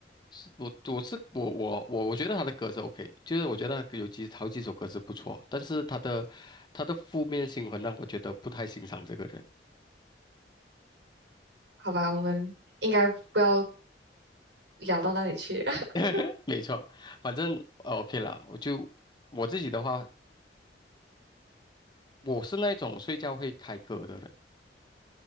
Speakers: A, on the left; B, on the right.
A: 是我我是我我我我觉得他的歌是 OK，就是我觉得他有几好几首歌是不错，但是他的他的负面新闻让我觉得不太欣赏这个人。
B: 好吧，我们应该不要聊到那里去。<laughs>
A: <laughs> 没错，反正呃 OK 啦，我就我自己的话，我是那种睡觉会开歌的人。